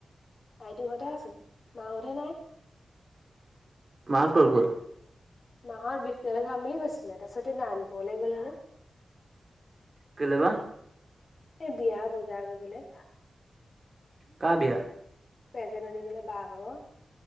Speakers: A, on the left (about 50°); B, on the right (about 40°).
A: আইতো ঘৰতে আছো, মাহঁতে নাই।
B: মাহঁত কত গল?
A: মাঁহত বিফিয়ালে যাম বুলি কৈছিলে, তাৰ পিছতে নাৰায়ণপুৰলৈ গলে নে।
B: কেলে বা?
A: এই বিয়া বজাৰ কৰিবলে।
B: কা বিয়া?
A: পেজেন আনিবলৈ বাহ ভাগ।